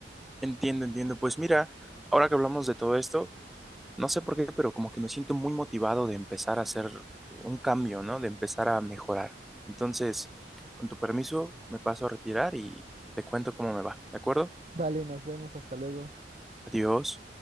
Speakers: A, in the centre; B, on the right (about 35°).
A: Entiendo, entiendo. Pues mira, ahora que hablamos de todo esto, no sé por qué, pero como que me siento muy motivado de empezar a hacer eh, un cambio, ¿no? De empezar a mejorar. Entonces, con tu permiso, me paso a retirar y te cuento cómo me va, ¿de acuerdo?
B: Vale, nos vemos, hasta luego.
A: Adiós.